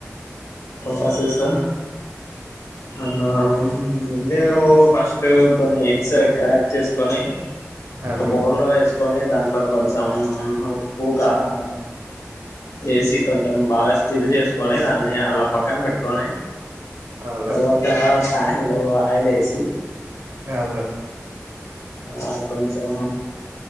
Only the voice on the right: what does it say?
ఆ
బ్రో
ఆ బ్రో
ఆవ్ బ్రో.